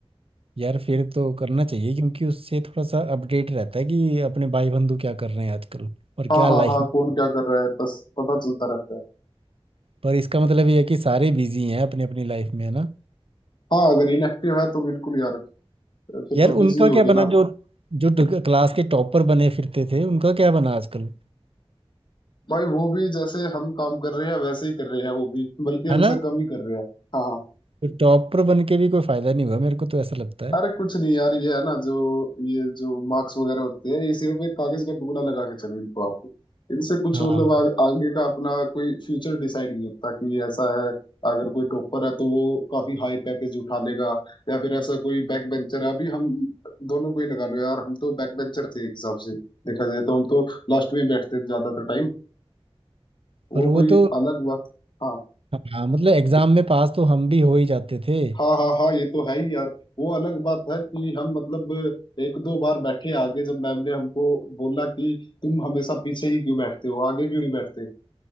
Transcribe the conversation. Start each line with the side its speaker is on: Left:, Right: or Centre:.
Right: यार फिर तो करना चाहिए क्योंकि उससे थोड़ा सा अपडेट रहता है कि अपने भाई बंधु क्या कर रहे हैं आजकल और
Left: हाँ
Right: क्या
Left: हाँ
Right: लाइफ
Left: हाँ
Right: में
Left: कौन क्या कर रहा है बस पता चलता रहता है
Right: पर इसका मतलब ये है कि सारे बिजी हैं अपनी अपनी लाइफ में है ना
Left: हाँ अगर इनएक्टिव है तो बिल्कुल यार फिर
Right: यार
Left: तो बिजी
Right: उनका
Left: होगे
Right: क्या बना
Left: ना
Right: जो जो ट- क्लास के टॉपर बने फिरते थे उनका क्या बना आजकल
Left: भाई वो भी जैसे हम काम कर रहे हैं वैसे ही कर रहे हैं वो भी बल्कि हमसे
Right: है ना
Left: कम ही कर रहे हैं हाँ हाँ.
Right: तो टॉपर बन के भी कोई फायदा नहीं हुआ मेरे को तो ऐसा लगता है
Left: अरे कुछ नहीं यार ये है ना जो ये जो मार्क्स वगैरह होते हैं ये सिर्फ एक कागज का टुकड़ा लगा के चलो इनको आप इनसे कुछ
Right: हाँ
Left: मतलब आ, आगे का अपना कोई फ्यूचर डिसाइड नहीं होता कि ऐसा है अगर कोई टॉपर है तो वो काफी हाई पैकेज उठा लेगा या फिर ऐसा कोई बैक बेंचर है अभी हम दोनों को ही लगा लो यार हम तो बैक बेंचर थे एक हिसाब से देखा जाए तो हम तो लास्ट में बैठते थे ज्यादातर टाइम वो
Right: पर वो
Left: कोई
Right: तो
Left: अलग बात हाँ,
Right: हाँ मतलब एग्जाम में पास तो हम भी हो ही जाते थे
Left: हाँ हाँ हाँ ये तो है ही यार वो अलग बात है कि हम मतलब एक दो बार बैठे आगे जब मैम ने हमको बोला कि तुम हमेशा पीछे ही क्यों बैठते हो आगे क्यों नहीं बैठते